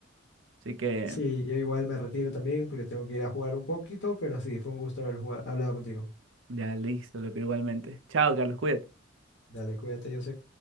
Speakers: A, on the right (about 75°); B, on the left (about 70°).
A: así que
B: Sí, yo igual me retiro también porque tengo que ir a jugar un poquito, pero sí, fue un gusto haber jugado- hablado contigo.
A: ya listo, loco, igualmente. Chao, Carlos, cuídate.
B: Dale, cuídate, Josep.